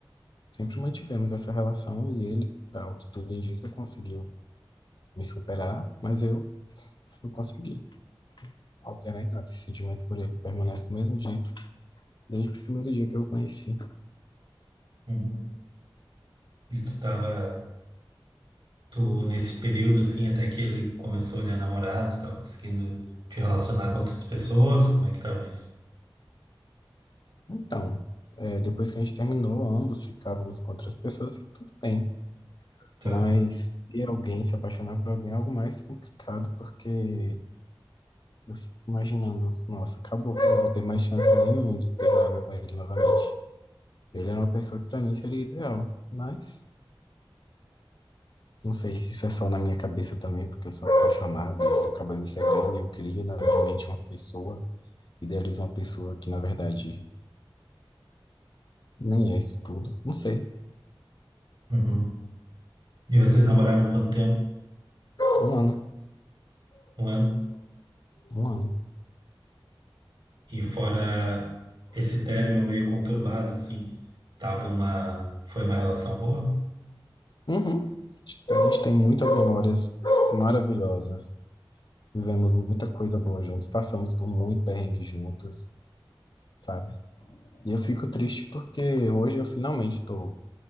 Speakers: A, on the left (about 55°); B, on the right (about 60°).
A: Sempre mantivemos essa relação e ele, ao que tudo indica, conseguiu me superar, mas eu não consegui alterar em nada. Esse sentimento por ele permanece do mesmo jeito desde o primeiro dia que eu o conheci.
B: Uhum. E tu tava, tu nesse período assim, até que ele começou a olhar namorado, tava conseguindo te relacionar com outras pessoas, como é que tava isso?
A: Então, é, depois que a gente terminou, ambos ficávamos com outras pessoas e tudo bem.
B: Tá.
A: Mas e alguém se apaixonar por alguém é algo mais complicado, porque eu fico imaginando, nossa, acabou, eu não vou ter mais chance nenhuma de ter nada com ele novamente. Ele era uma pessoa que para mim seria ideal, mas. Não sei se isso é só na minha cabeça também, porque eu sou apaixonado e isso acaba me cegando. Eu crio na minha mente uma pessoa, idealizo uma pessoa que, na verdade, nem é isso tudo. Não sei.
B: Uhum. E vocês namoraram quanto tempo?
A: Um ano.
B: Um ano?
A: Um ano.
B: E fora esse término meio conturbado, assim, tava uma, foi uma relação boa?
A: Uhum. A gente tem muitas memórias maravilhosas. Vivemos muita coisa boa juntos. Passamos por muito perrengue juntos, sabe? E eu fico triste porque hoje eu finalmente tô